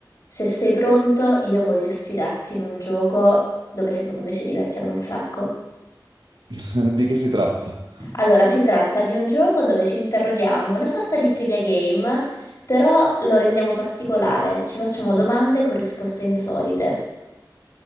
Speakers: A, on the left; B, on the right.
A: Se sei pronto, io voglio sfidarti in un gioco dove secondo me ci divertiamo un sacco.
B: <laughs> Di che si tratta?
A: Allora, si tratta di un gioco dove ci interroghiamo, è una sorta di trivia game, però lo rendiamo particolare, ci facciamo domande con risposte insolite.